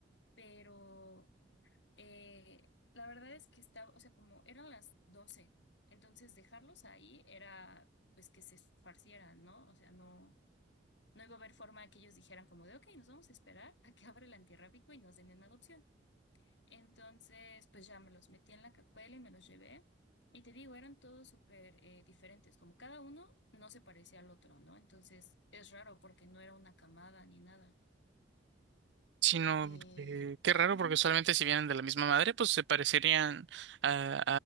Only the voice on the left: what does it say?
pero eh, la verdad es que estaba, o sea, como eran las doce entonces dejarlos ahí era pues que se esparcieran, ¿no? O sea, no. No iba a haber forma que ellos dijeran como de, ok, nos vamos a esperar a que abra el antirrábico y nos den en adopción. Entonces, pues ya me los metí en la cacuela y me los llevé. Y te digo, eran todos súper eh, diferentes, como cada uno no se parecía al otro, ¿no? Entonces, es raro porque no era una camada ni nada.
Eh,
ujú.